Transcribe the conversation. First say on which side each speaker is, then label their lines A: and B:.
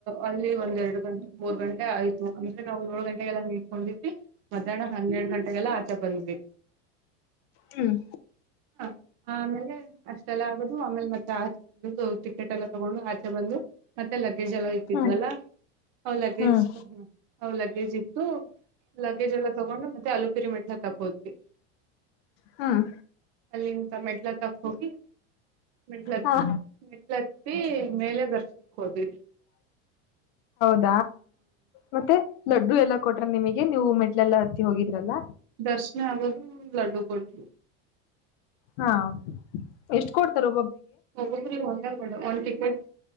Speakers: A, on the right; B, on the left.
A: ಅಲ್ಲಿ ಒಂದ ಎರಡು ಗಂಟೆ ಮೂರ್ ಗಂಟೆ ಆಐ್ ಅಂದ್ರೆ ನಾವು ಏಳ್ು <unintelligible> ಗಂಟೆಗೆಲ್ಲ ನಿಡ್ಕೊಂಡಿದ್ವಿ ಮಧ್ಯಾಹ್ನ ಹನ್ನೆರಡು ಗಂಟೆಗೆಲ್ಲ ಆಚೆ ಬಂದ್ವಿ
B: ಹ್ಮ್
A: ಹ ಆಮೇಲೆ ಅಷ್ಟೆಲ್ಲ ಆಗದು ಆಮೇಲೆ ಮತ್ತೆ ಆಚೆ ಬ ಟಿಕೆಟ್ ಎಲ್ಲ ತಗೊಂಡು ಆಚೆ ಬಂದು ಮತ್ತೆ ಲ್ ಎಲ್ಲ ಇತಿದ್ವಲ್ಲ್
B: ಹ್ಮ್
A: ಲಗೇಜ್
B: ಹ್ಮ್
A: ಲಗೇಜ್ ಇತ್ತು ಲಗೇಜ್ ಎಲ್ಲ ತಗೊಂಡು ಮತ್ತೆ ಅಲಲುಪಿರಿ ಮೆಟ್ಟ ತಗೋದ್ವಿ
B: ಹ್ಮ್
A: ಅಲ್ಲಿಂದ ಮೆಟ್ಲ ತಕ್ ಹೋಗಿ ಮೇಟ್ಲ
B: ಹಾ
A: ಮೇಟ್ಲ ಮೇಲೆ ದರ್ಶನಕ್ ಹೋದ್ವಿ
B: ಹಾ ಮತ್ತೆ ಲಡ್ಡು ಎಲ್ಲಾ ಕೊಟ್ರ ನಿಮಗೆ ನೀವು ಮೆಟ್ಲೆಲ್ಲಾ ಹತ್ತಿ ಹೋಗಿದ್ರಲ್ಲ
A: ದರ್ಶನ ಆಗೋದು ಲಡ್ಡು ಕೊಟ್ಟರು
B: ಹಾ ಎಷ್ಟು ಕೊಡ್ತಾರು
A: ಹೋಗ್ರಿ ಒಂದ ಕೊಡ ಒಂದ್ ಟಿಕೆಟ್